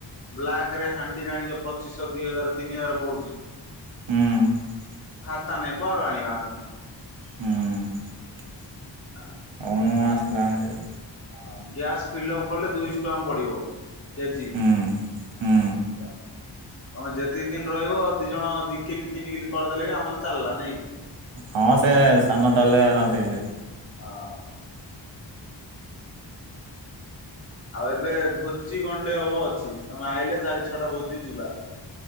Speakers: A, on the left (about 35°); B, on the right (about 85°).
A: ବ୍ଲାକ ରେ ହାଣ୍ଡି ଜାଣିଛ ପଚିଶ ଦି ହଜାର ତିନି ହଜାର ପଡୁଛି-
B: ହୁଁ-
A: କଥା ନାଇଁ କୁଆଡୁ ଆଣିବା ଆମେ-
B: ହୁଁ-
A: ହଁ-
B: ଅ ମୁ ଆସିଲାଣି-
A: ହଁ ଗ୍ୟାସ ଫିଲପ କଲେ ଦୁଇଶ ଟା ପଡିବ- କେଜି
B: ହୁଁ ହୁଁ
A: । ତମେ ଯେତିକି ଦିନ ରହିବ ଦି ଜଣ ଦି କିଲି ତିନି କିଲି କରିଦେଲେ ବି ଆମର ଚାଲିଲା ନାଇଁ।
B: ହଁ ସେ ସାନ ଟାଲେ ଆରାମସେ ହେଇଯିବ।
A: ହଁ ଆଉ ଏବେ ଭୋଜି ଗଣ୍ଡେ ହବ ଅଛି ତମେ ଆଇଲେ ଚାରି ଛଅଟା ଭୋଜି ଯିବା।